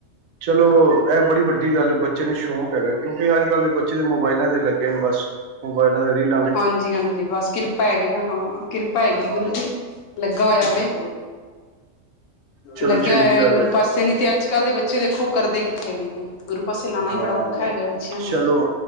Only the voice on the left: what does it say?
ਹਾਂਜੀ, ਹਾਂਜੀ ਬਸ ਕਿਰਪਾ ਹੈਗਾ ਹਾਂ ਕਿਰਪਾ ਹੈਗੀ
ਗੁਰੂ ਦੀ ਲੱਗਾ ਹੋਇਆ ਵੇ
ਲੱਗਿਆ
ਹੋਇਆ
ਗੁਰੂ
ਪਾਸੇ ਨੀ ਤੇ ਅੱਜ ਅੱਜ ਕੱਲ੍ਹ ਦੇ ਬੱਚੇ ਦੇਖੋ ਕਰਦੇ ਕਿੱਥੇ ਹੈਗੇ ਨੇ ਗੁਰੂ ਪਾਸੇ ਲਾਣਾ
ਹੀ ਬੜਾ ਔਖਾ ਹੈਗਾ ਬੱਚਿਆਂ ਨੂੰ